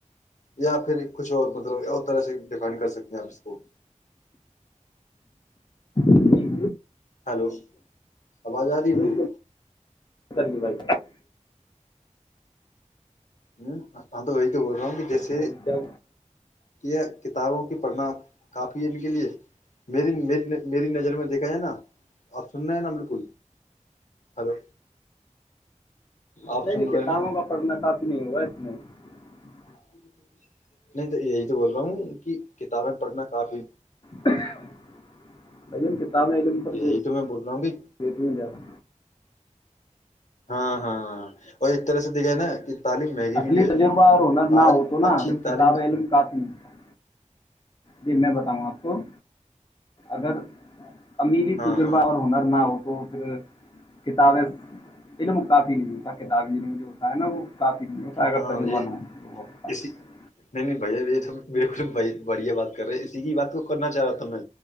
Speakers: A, on the left; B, on the left.
A: یا پھر کچھ اور مطلب اور طرح سے ڈیفائن کر سکتے ہیں آپ اس کو
B: جی
A: ہلو آواز آ رہی
B: بالکل
A: مری
B: بھائی
A: ہ ا ویس ب ران <inaudible> جیسے
B: ہاں جی کیا
A: کہ <unintelligible> کتابوں کی پڑھنا کافی ہے ان کے لیے میری میری نظر میں دیکھا جائے نا آپ سننا ہے نا بالکل ہلو آپ
B: نہیں
A: سن
B: نہیں
A: رہے
B: کتابوں
A: ہیں نا
B: کا پڑھنا کافی نہیں ہوا ایسا <inaudible> نہیں <unintelligible>
A: ج <unintelligible> نہیں تو یہی تو بول رہا ہوں ان کی کتابیں پڑھنا کافی
B: <unintelligible> بھ ج ہم کتابیں علم پر
A: یہی
B: جو
A: تو میں بول رہا ہوں کہ
B: دیتی ہوں جدا <inaudible>
A: ہاں ہاں اور ایک طرح سے دکھ ہے نا کہ تعلیم مہنگی
B: اصلی
A: بھی ہے
B: تجربہ اور ہنر نہ
A: آج
B: ہو تو نہا
A: اچھی
B: صرف
A: تعلیم
B: کتاب علم کافی نہیںتا جی میں بتاؤں آپ کو اگر امیری
A: ہاں
B: تجربہ
A: ہاں
B: اور ہنر نہ ہو تو پھر کتابیں کافی نہیںتا کتاب ع جو ہوتا ہے نا وہ کافی <inaudible>
A: ہاں
B: تجربہ
A: جی
B: نہ ہو تو وہ پاس
A: اس نہیں نہیں بھیا یہ تو بالکل بڑھیا بات کر رہے اسی کی بات کو کرنا چاہ رہا تھا میں